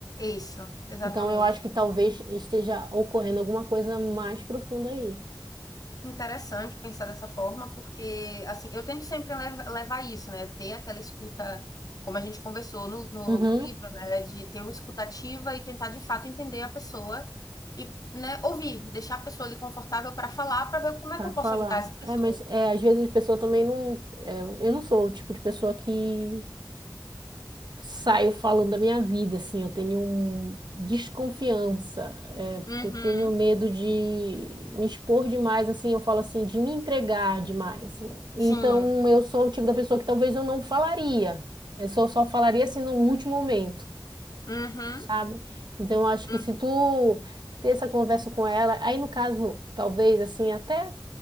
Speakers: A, on the left (about 55°); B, on the right (about 75°).
A: Isso, exatamente.
B: Então, eu acho que talvez esteja ocorrendo alguma coisa mais profunda aí.
A: Interessante pensar dessa forma, porque assim, eu tento sempre lev- levar isso, né? Ter aquela escuta, como a gente conversou no, no,
B: Uhum,
A: no livro, né? De ter uma escutativa e tentar de fato entender a pessoa e, né, ouvir, deixar a pessoa ali confortável para falar, para ver como
B: Para
A: é que eu
B: falar.
A: posso ajudar essa pessoa.
B: É, mas é, às vezes a pessoa também não. é, eu não sou o tipo de pessoa que saio falando da minha vida, assim. Eu tenho um desconfiança, é, porque
A: Uhum,
B: eu tenho medo de me expor demais, assim. Eu falo assim, de me entregar demais. Então,
A: sim.
B: eu sou o tipo da pessoa que talvez eu não falaria. Eu só, só falaria assim no último momento,
A: Uhum,
B: sabe? Então, eu acho que
A: uhum.
B: se tu ter essa conversa com ela, aí no caso, talvez, assim, até